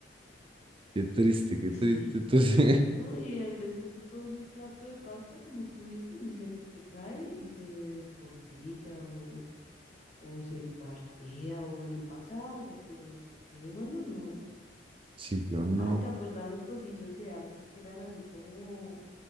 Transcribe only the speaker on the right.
qué triste, qué
triste. Entonces,
<laughs> sí, yo no.